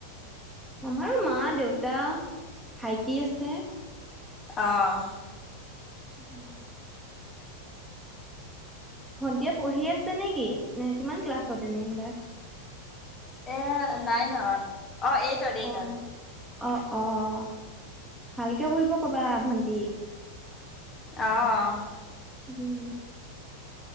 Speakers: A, in the centre; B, on the left.
A: আমাৰো মা-দেউতা, ভাইটি আছে।
B: অ',।
A: <inaudible> ভণ্টিয়ে পঢ়ি আছে নেকি? কিমান ক্লাছত এনে এইবাৰ?
B: এ, নাইনত। অ', এইটত এইটত।
A: অ', অ', অ', ভালকে পঢ়িব ক'বা ভণ্টিক।
B: অ',।
A: <inaudible>